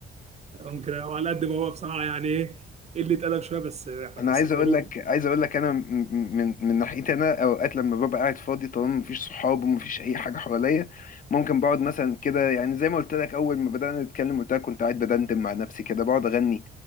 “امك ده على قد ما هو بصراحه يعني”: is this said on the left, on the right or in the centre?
Right